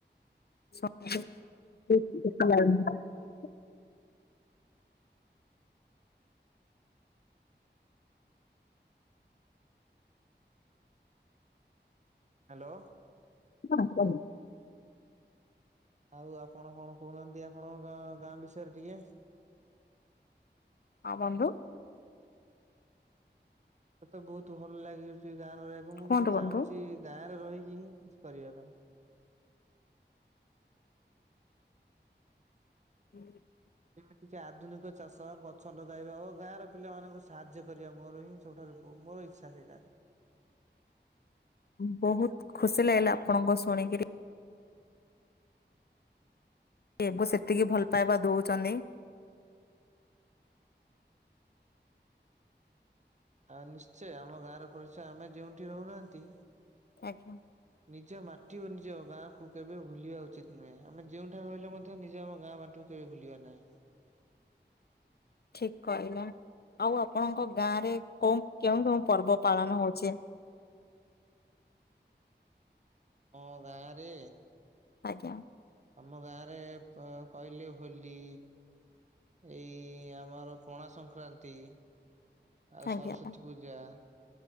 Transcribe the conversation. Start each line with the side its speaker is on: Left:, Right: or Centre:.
Left: <unintelligible>
Right: ହାଲୋ।
Left: ହଁ।
Right: ଆଉ ଆପଣ କଣ କହୁନାହାନ୍ତି ଆପଣଙ୍କ ଗାଁ ବିଷୟରେ ଟିକେ?
Left: ହଁ ବନ୍ଧୁ।
Right: ମତେ ବହୁତ ଭଲ ଲାଗୁଚି ଗାଁ ରହିଆକୁ ମୁଁ
Left: କୁହନ୍ତୁ
Right: କିଛି ଚାହୁଁଛି
Left: ବନ୍ଧୁ।
Right: ଗାଁରେ ରହିକି ହିଁ କିଛି କରିବା ପାଇଁ।
Left: <inaudible>
Right: ଯେମିତିକି ଆଧୁନିକ ଚାଷ ଗଛ ଲଗାଇବା ଓ ଗାଁ ର ପିଲାମାନଙ୍କୁ ସାହାଯ୍ୟ କରିବା ମୋର ହିଁ ସବୁଠାରୁ ହଉ ମୋର ଇଚ୍ଛା ସେଇଟା।
Left: ବହୁତ୍ ଖୁସି ଲାଗିଲା ଆପଣଙ୍କ ଶୁଣିକିରି। କି ସେତିକି ଭଲ ପାଇବା ଦଉଛନ୍ତି।
Right: ଆଉ ନିଶ୍ଚୟ ଆମ ଗାଁର ପରିଚୟ ଆମେ ଯେଉଁଠି ରହୁନାହାନ୍ତି।
Left: ଆଜ୍ଞା
Right: ନିଜ ମାଟି ଓ ନିଜ ଗାଁକୁ କେବେ ଭୁଲିବା ଉଚିତ୍ ନୁହେଁ, ଆମେ ଯଉଠା ରହିଲେ ମଧ୍ୟ ନିଜ ଆମ ଗାଁ ମାଟିକୁୁ କେବେ ଭୁଲିବା ନାହିଁ।
Left: ଠିକ୍ କହିଲ। ଆଉ ଆପଣଙ୍କ ଗାଁ ରେ କଉ କେଉଁ କେଉଁ ପର୍ବ ପାଳନ ହଉଛି? <inaudible>
Right: ଆମ ଗାଁରେ
Left: ଆଜ୍ଞା।
Right: ଆମ ଗାଁ ରେ କହିଲେ ହୋଲି, ଏଇ ଆମର ପଣା ସଂକ୍ରାନ୍ତି, ଆଉ
Left: ଆଜ୍ଞା
Right: ସରସ୍ଵତୀ ପୂଜା,